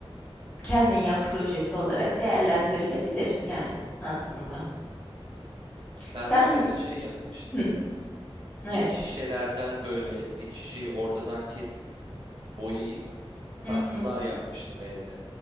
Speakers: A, on the left; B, on the right.
A: kendin yap projesi olarak değerlendirilebilir yani
B: Hı hı.
A: aslında.
B: Ben
A: Sen
B: mesela şey yapmıştım.
A: Hı, evet.
B: Pet şişelerden böyle pet şişeyi ortadan kesip boyayıp saksılar
A: Hı hı.
B: yapmıştım evde.